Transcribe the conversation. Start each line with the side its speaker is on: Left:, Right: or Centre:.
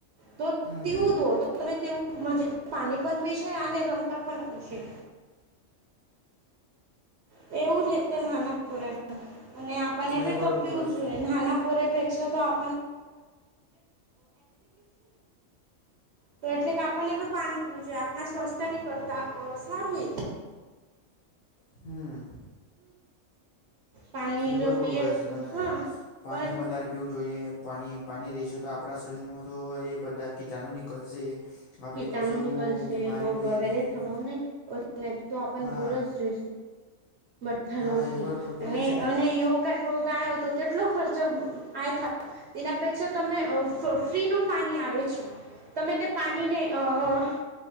Right: તો
Left: હમ
Right: તેવું દો તો તમે તેવું મજ પાણી પણ પીશે અને રમતા પણ આવશે. એવું રહે. નાના પોરા અને આપણને
Left: હા
Right: બી
Left: એ બરોબર
Right: તો પીવું
Left: બોલે છે.
Right: જોઈએ નાના પોરા પેક્ષા તો. <unintelligible> અને પણ પાણી પીવું જોઈએ આપણા સ્વાસ્થ્ય ન કરતા સારું એ તો.
Left: <inaudible>
Right: પાણી
Left: એ
Right: જો
Left: બરોબર
Right: પીએ
Left: બોલે
Right: તો
Left: છે તમે
Right: હા
Left: પાણી
Right: પર
Left: વધારે પીવું. જોઈએ પાણી પાણી રહેશે તો આપણા શરીરમાં તો એ બધા કીટાણુ નીકળશે. આપણે
Right: કીટાણુ
Left: કશું
Right: નિકલશે
Left: બીમારીનું
Right: રોગ
Left: એ
Right: વગેરે
Left: નહીં
Right: થવાને. થી તો આપણ
Left: હા
Right: દૂર જ રે. ભઠ્ઠા
Left: હા
Right: રોગથી
Left: એ બરોબર બોલે
Right: અને
Left: છે ને
Right: અને એયો કઈ રોગ આવ્યો તો કેટલો ખર્ચ. <unintelligible> તેના પેક્ષા તમે ફ્રીનું પાણી આવે છે તમે તે પાણીને હા.